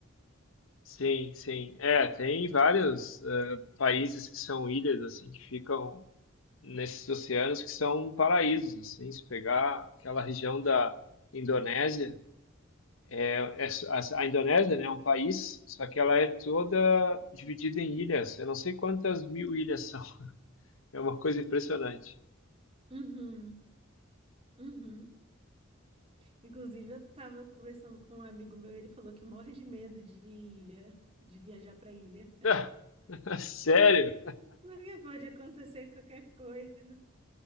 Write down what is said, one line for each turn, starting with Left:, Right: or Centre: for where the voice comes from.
Left: Sim, sim. É, tem vários eh, países que são ilhas, assim, que ficam nesses oceanos que são paraísos, assim. Se pegar aquela região da Indonésia, é- a a Indonésia, né, é um país, só que ela é toda dividida em ilhas. Eu não sei quantas mil ilhas são. <laughs> É uma coisa impressionante.
Right: Uhum, uhum. Inclusive, eu tava conversando com um amigo meu, ele falou que morre de medo de ilha, de viajar para ilha.
Left: <laughs> <laughs> Sério?
Right: Porque pode acontecer qualquer coisa,